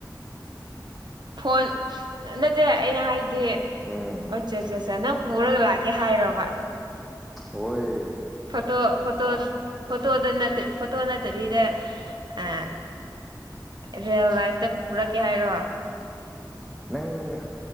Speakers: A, on the right; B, in the centre.
A: ꯐꯣꯟ ꯅꯠꯇꯦ ꯑꯩꯅ ꯍꯥꯏꯗꯤ
B: ꯎꯝ
A: ꯑꯆꯥ ꯑꯠꯆꯥ ꯑꯠꯆꯥ ꯅꯪ ꯄꯨꯔꯒ ꯂꯥꯛꯀꯦ ꯍꯥꯏꯔꯕ?
B: ꯍꯣꯏ
A: ꯐꯣꯇꯣ ꯐꯣꯇꯣ ꯐꯣꯇꯣꯗ ꯅꯠꯇꯦ ꯐꯣꯇꯣ ꯅꯠꯇꯕꯤꯗ ꯑ ꯔꯤꯌꯦꯜ ꯂꯥꯏꯐꯇ ꯄꯨꯔꯛꯀꯦ ꯍꯥꯏꯔꯣ?
B: ꯅꯪ